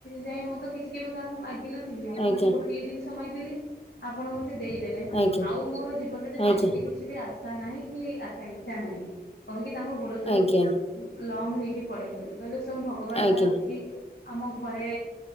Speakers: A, on the left; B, on the left.
A: ଯାଏଁ ମୁଁ ତ କିଛି କେବେ କାହାକୁ ମାଗିନଥିଲି ଆପଣଙ୍କୁ
B: ଆଜ୍ଞା ଆଜ୍ଞା
A: ଗୋଟେ ସମୟ ଦେଲି ଆପଣ ମତେ ଦେଇଦେଲେ
B: ଆଜ୍ଞା
A: ଆଉ ମୋର ଜୀବନରେ
B: ଆଜ୍ଞା
A: ସେମିତି କିଛି ବି ଆଶା ନାହିଁ କି ଆକାଂକ୍ଷା ନାହିଁ। କହିକି ତାଙ୍କ ଗୋଡ ତଳେ
B: ଆଜ୍ଞା
A: ଲମ୍ ହେଇକି ପଡିଗଲେ କହିଲେ ସ୍ୱଙ୍ଗ ଭଗବାନତ
B: ଆଜ୍ଞା
A: ଆସିକି ଆମ ଘରେ